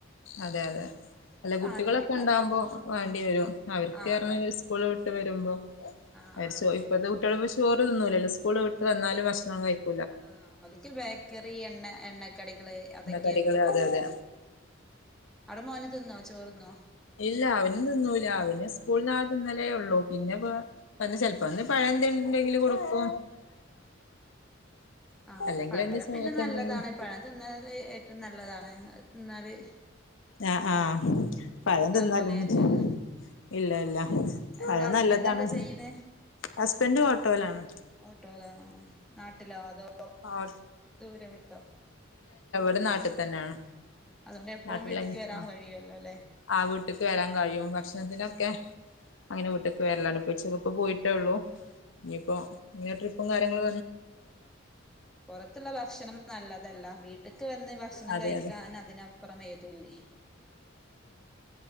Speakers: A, on the left (about 85°); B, in the centre.
A: അതെ അതെ
B: അപ്പൊ
A: അല്ല കുട്ടികളൊക്കെ
B: ആദ്യൊക്കെ ഉണ്ടാക്കും
A: ണ്ടാകുമ്പോ വേണ്ടി വരും അവര്ക്ക്
B: ആ
A: പർഞാല്
B: അതാണ്
A: സ്കൂള് വിട് വിട്ട് വരുമ്പോ
B: ആ
A: അവര്
B: ആ
A: ച്ചോ ഇപ്പളത്തെ കുട്ട്യാള് ചോറ്തിന്നൂലല്ലോ സ്കൂള് വിട്ട് വന്നാലും ഭക്ഷണം കഴിക്
B: ആ ഓൽക്ക് ബേക്കറി എണ്ണ എണ്ണക്കടികള് അതൊക്കെ
A: എണ്ണക്കടികള്
B: അവൽക്ക് പറ്റോള്ളൂ
A: അതെ അതെ
B: അടെ മോൻ മോന് തിന്നോ ചോറ്ന്നോ
A: ഇല്ല അവനും തിന്നൂല അവന് സ്കൂളിന്ന് ആ തിന്നലേള്ളൂ പിന്നെ പ്പ ഒന്ന് ചെൽപ്പോന്ന് പഴ എന്ത് ഉണ്ടെങ്കില് കൊടുക്കോ
B: ആ ആഹ്
A: അല്ലെങ്കിൽ
B: പഴം
A: എന്ത് ചായക്ക്
B: പിന്നെ നല്ലതാണ്
A: എന്തെങ്കിലും
B: പഴം തിന്നാല് ഏറ്റവും നല്ലതാണ് എന്നാല്
A: ആ ആഹ് പഴം തിന്നാലും
B: പോലെയല്ലല്ലോ
A: മതി ഇല്ല ഇല്ല
B: എന്താ
A: പഴം
B: ഹസ്ബൻഡ്
A: നല്ലതാണ്
B: എന്താ ചെയ്യണേ
A: ഹസ്ബൻഡ് ഓട്ടോയിലാണ്
B: ഓട്ടോലനോ നാട്ടിലോ അതോ
A: ഓ
B: ദൂരം വിട്ടോ
A: ഇപ്പം നാട്ടിൽ തന്നെയാണ്
B: ആ അതുകൊണ്ട് എപ്പോഴും
A: നാട്ടിലന്നെ
B: വീട്ടിക്ക് വരാൻ
A: ആ
B: കഴിയുവല്ലോ അല്ലേ
A: ആ വീട്ടിലക്ക് വരാൻ കഴിയും ഭക്ഷണത്തിനൊക്കെ
B: ആ
A: അങ്ങനെ വീട്ടേക്ക് വരലാണ് <unintelligible> പോയി ള്ളൂ
B: ആ
A: ഇനിയിപ്പോ കാര്യങ്ങള്
B: ഉം പൊറത്തുള്ള ഭക്ഷണം നല്ല തല്ല വീട്ടിക്ക് വന്ന് ഭക്ഷണം
A: അതെ
B: കഴിക്കാൻ
A: അതെ
B: അതിനപ്പറം വരൂല്ലേ ഉം